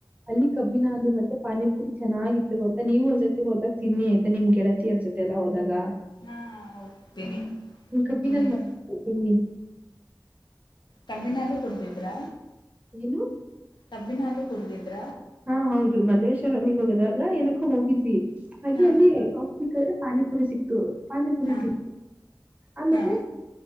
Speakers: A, on the right; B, on the left.
A: ಅಲ್ಲಿ ಕಬ್ಬಿನ ಹಲುು ಮತ್ತೆ ಪಾನಿಪುರಿ ಚೆನ್ನಾಗಿತ್ತು ಗೊತ್ತಾ ನೀವು ಒಂದ ಜೊತೆ ಹೋದಾಗ ತಿನ್ನಿ ಆಯತಾ ನಿಮ್ ಗೆಳತಿಯರ ಜೊತೆ ಎಲ್ಲಾ ಹೋದಾಗ
B: ಹಾ ಹೋಗ್ತೀನಿ
A: ಹ್ಮ್ ಕ್ಯಾಬಿನ್
B: ಹ್ಮ್
A: ಹೇಳಲು <unintelligible>
B: ಕಬ್ಬಿನಲುೂ ಕುಡಿದಿದ್ರಾ
A: ಏನು
B: ಕಬ್ಬಿನಲುೂ ಕುಡಿದಿದ್ರ
A: ಹಾ ಹೌದು ಮಲ್ಲೇಶ್ವರಾಮಿಿಗೆ ಹೋಗದಾಗ ಏನಕ್ಕೂ ಹೋಗಿದ್ವಿ ಹಾಗೆ
B: ಹಾ
A: ಅಲ್ಲಿ <unintelligible> ಪಾನಿಪುರಿ ಸಿಕ್ತು ಪಾನಿಪುರಿ
B: ಹಾ
A: ತಿ ಆಮೇಲೆ
B: ಹಾ